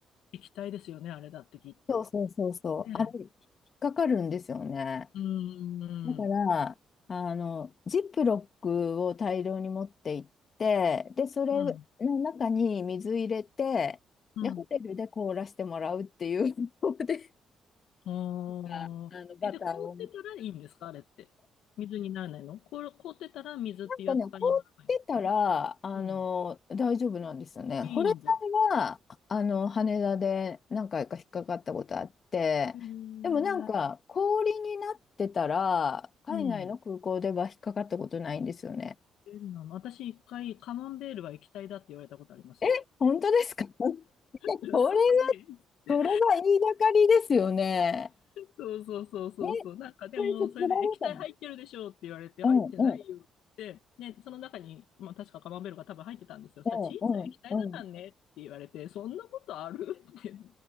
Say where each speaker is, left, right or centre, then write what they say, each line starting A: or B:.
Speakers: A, on the left; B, on the left.
A: 液体ですよね、あれだってきっと。
B: そうそうそうそうあれ引っかかるんですよね
A: ねえ。うーん。
B: だからあのジップロックを大量に持って行ってでそれの中に水入れてでホテルで凍らせてもらうっていう方法で
A: うん。うん。ああ。
B: なんかあのバターを。
A: え、で、凍ってたらいいんですか、あれって。水にならないの凍、凍ってたら水っていう扱いにならないんですね。
B: なんかね、凍ってたら、あの、
A: うん。
B: 大丈夫なんですよね。
A: いいんだ。
B: 保冷剤は、あの、羽田で何回か引っかかったことあって、
A: へえ。う
B: でもなんか、氷になってたら、海外の空港では引っかかったことないんですよね。
A: ん。変なの。私一回、カマンベールは液体だって言われたことありますよ。
B: え、本当ですか <laughs>
A: 嘘つけんって。
B: それは、それは言いがかりですよね。
A: そうそうそうそうそう。
B: え、
A: なんかでも、
B: それで取られたの
A: それで液体入ってるでしょうって言われて、
B: うんうん。
A: 入ってないよって言って、で、その中に、まあ確かカマンベールが多分入ってたんですよ。そしたらチーズは液体だからねって言われて、
B: うんうんうん。
A: そんなことあるってって。